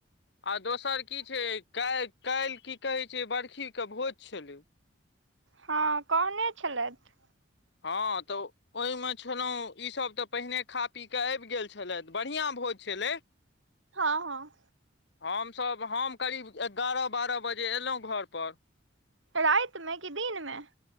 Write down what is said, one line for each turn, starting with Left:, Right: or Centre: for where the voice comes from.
Left: आ दोसर की छै काल काल्हि की कहै छै बर्खी के भोज छलै।
Right: हँ कहने छलथि।
Left: हँ त ओहिमे छलहुँ, ईसभ त पहिने खा पी के आबि गेल छलथि, बढ़िआँ भोज छलै।
Right: हँ हँ।
Left: हमसभ हम करीब एगारह बारह बजे अयलहुँ घरपर।
Right: राझ्त में कि दिनमे